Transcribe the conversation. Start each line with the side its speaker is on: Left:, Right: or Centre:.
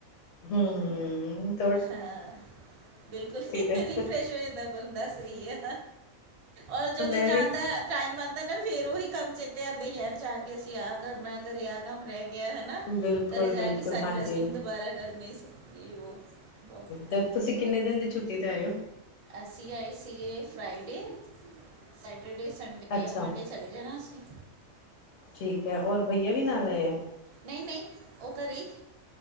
Left: ਹੂੰ।
Right: ਹਾਂ ਬਿਲਕੁਲ
Left: ਤੇ।
Right: ਰੀਫਰੈਸ਼ ਹੋ ਜਾਂਦਾ ਬੰਦਾ ਸਈ ਐ। ਔਰ ਜਦੋਂ
Left: ਮੈਂ
Right: ਜਾਂਦਾ
Left: ਵੀ।
Right: ਟਾਈਮ ਆਦਾ ਨਾ ਫੇਰ ਓਹੀ ਕੰਮ ਚੇਤੇ ਆਦੇ ਯਾਰ ਜਾ ਕੇ ਅਸੀਂ ਆਹ ਕਰਨਾ ਕਰੇ ਆਹ ਕੰਮ ਰਹਿ ਗਿਆ ਹੈਨਾ
Left: ਬਿਲਕੁਲ
Right: ਕਰੇ ਜਾ
Left: ਬਿਲਕੁਲ
Right: ਕੇ ਸਾਰੀ
Left: ਹਾਂਜੀ
Right: ਡਸਟਿੰਗ ਦੋਬਾਰਾ ਕਰਨੀ ਸਕੀ ਯੇ ਵੋ ਬਹੁਤ
Left: ਤੇ ਤੁਸੀਂ ਕਿੰਨੇ ਦਿਨ ਦੀ ਛੁੱਟੀ ਤੇ ਆਏ ਓ?
Right: ਅਸੀਂ ਆਈ ਸੀਏ ਫਰਾਈਡੇ। ਸੈਟਰਡੇ ਸੰਡੇ
Left: ਅੱਛਾ।
Right: ਮੰਡੇ ਚਲੇ ਜਾਣਾ ਅਸੀਂ।
Left: ਠੀਕ ਐ ਂਔਰ ਭਈਆ ਵੀ ਨਾਲ ਆਏ ਆ।
Right: ਨਹੀਂ ਨਹੀਂ ਉਹ ਘਰੇ ਹੀ